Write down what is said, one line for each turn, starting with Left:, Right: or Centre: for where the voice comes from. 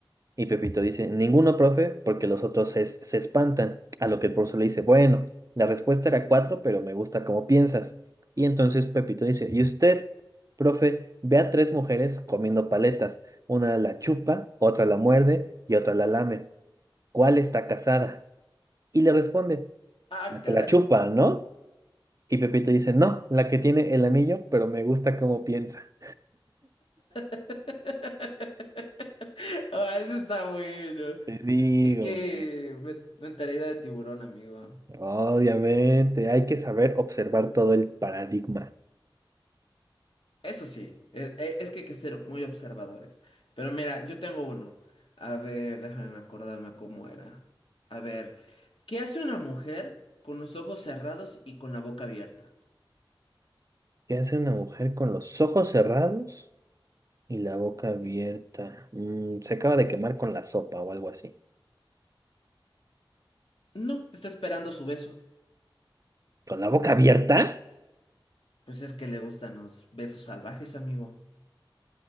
Right: Y Pepito dice, ninguno, profe, porque los otros se, se espantan. A lo que el profesor le dice, bueno, la respuesta era cuatro, pero me gusta cómo piensas. Y entonces Pepito dice, ¿y usted, profe, ve a tres mujeres comiendo paletas? Una la chupa, otra la muerde y otra la lame. ¿Cuál está casada? Y le responde,
Left: Ah,
Right: la que
Left: caray.
Right: la chupa, ¿no? Y Pepito dice, no, la que tiene el anillo, pero me gusta cómo piensa.
Left: <laughs> Ah, eso está bueno.
Right: Te digo,
Left: Es que
Right: güey.
Left: me- mentalidad de tiburón, amigo.
Right: Obviamente, hay que saber observar todo el paradigma.
Left: Eso sí, e- e- es, que hay que ser muy observadores. Pero mira, yo tengo uno. A ver, déjame acordarme cómo era. A ver, ¿qué hace una mujer con los ojos cerrados y con la boca abierta?
Right: ¿Qué hace una mujer con los ojos cerrados y la boca abierta?
Left: Y-
Right: Mm, se acaba de quemar con la sopa o algo así.
Left: No, está esperando su beso.
Right: ¿Con la boca abierta?
Left: Pues es que le gustan los besos salvajes, amigo.